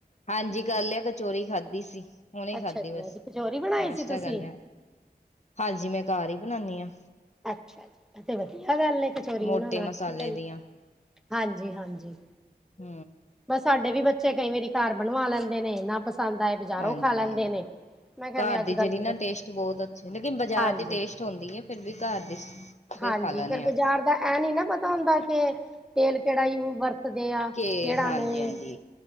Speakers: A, on the left; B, in the centre.
A: ਹਾਂਜੀ ਕਰ ਲਿਆ ਕਚੋਰੀ ਖਾਧੀ ਸੀ ਹੁਨੀ
B: ਅੱਛਾ
A: ਖਾਧੀ
B: ਜੀ
A: ਬਸ
B: ਅੱਜ ਕਚੋਰੀ ਬਣਾਈ
A: ਨਾਸ਼ਤਾ
B: ਸੀ ਤੁਸੀਂ?
A: ਕਰ ਲਿਆ। ਹਾਂਜੀ ਮੈਂ ਘਰ ਹੀ ਬਣਾਣੀ ਆ।
B: ਅੱਛਾ ਤੇ ਵਧੀਆ ਗੱਲ ਕਚੋਰੀ
A: ਮੋਟੇ
B: ਬਣਾਉਣਾ ਅੱਛੀ
A: ਮਸਾਲੇ
B: ਗੱਲ
A: ਦੀਆਂ
B: ਹਾਂਜੀ- ਹਾਂਜੀ।
A: ਹੂ
B: ਬਸ ਸਾਡੇ ਬੱਚੇ ਕਈ ਵਾਰੀ ਘਰ ਬਣਵਾ ਲੈਂਦੇ ਨੇ ਨਾ ਪਸੰਦ ਆਏ। ਬਜ਼ਾਰੋਂ
A: ਹਾਂਜੀ
B: ਖਾ ਲੈਂਦੇ ਨੇ। ਮੈਂ ਕਿਹਾ
A: ਘਰ
B: ਵੀ ਅੱਜ-ਕੱਲ
A: ਦੀ ਜਿਹੜੀ
B: ਦੇ
A: ਨਾ
B: ਬੱਚੇ
A: ਟੇਸਟ ਬਹੁਤ ਅੱਛੇ ਲੇਕਿਨ ਬਾਜ਼ਾਰ
B: ਹਾਂਜੀ।
A: ਦੀ ਟੇਸਟ ਚੋਦੀ ਹੈ ਫਿਰ ਵੀ ਘਰ ਦੀ
B: ਹਾਂਜੀ
A: ਖਾ ਲੈਣੇ
B: ਫਿਰ ਬਾਜ਼ਾਰ
A: ਆ
B: ਦਾ ਇਹ ਨੀ ਨਾ ਪਤਾ ਹੁੰਦਾ ਕਿ ਤੇਲ ਕਿਹੜਾ ਯੂ ਵਰਤਦੇ ਆ। ਕਿਹੜਾ
A: ਕੇ ਹਾਂਜੀ
B: ਨਹੀਂ।
A: ਹਾਂਜੀ